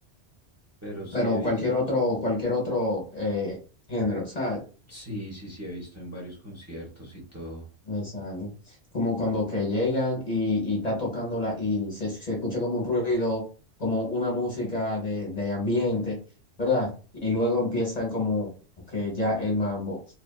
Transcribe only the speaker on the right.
pero sí
he visto,
sí, sí, sí he visto en varios conciertos y todo.